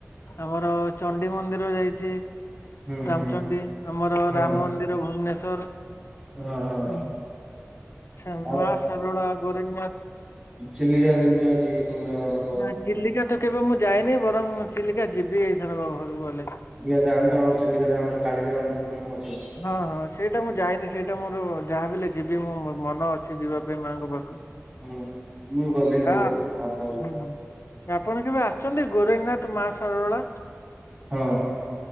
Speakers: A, on the left (about 55°); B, on the right (about 25°).
A: ଆମର ଚଣ୍ଡି ମନ୍ଦିର ଯାଇଚି।
B: ହୁଁ
A: ରାମଚଣ୍ଡୀ
B: ହୁଁ
A: ଆମର
B: ହଁ
A: ରାମ ମନ୍ଦିର ଭୁବନେଶ୍ଵର।
B: ହଁ ହଁ
A: ହୁଁ ସେ
B: ଆଉ
A: ମା ସାଲୋଳା ଗୋରଙ୍ଗନାଥ।
B: ଚିଲିକା ଫିଲିକା କି କି ଆମର
A: ନା ଚିଲିକା ତ କେବେ ମୁଁ ଯାଇନି ବରଂ ଚିଲିକା ଯିବି ଏଇଥରକ ଘରକୁ ଗଲେ।
B: ଚିଲ୍ଲିକା ଯାଆନ୍ତୁ ଆମର ଚିଲିକାରେ ଆମର କାଳିଜାଇ ମନ୍ଦିର ଫେମସ ଅଛି।
A: ହଁ ହଁ ସେଇଟା ମୁଁ ଯାଇନି ସେଇଟା ମୋର ଯାହା ବି ହେଲେ ଯିବି ମୁଁ ମନ ଅଛି ଯିବା ପାଇଁ ମାଙ୍କ ପାଖ
B: ହୁଁ ମୁଁ ଗଲିଣି ବହୁତ
A: ଆପଣ
B: <unintelligible>
A: ହୁଁ ହୁଁ ଆପଣ କେବେ ଆସିଛନ୍ତି ଗୋରେଙ୍ଗୀନାଥ ମା ସାରଳା।
B: ହଁ।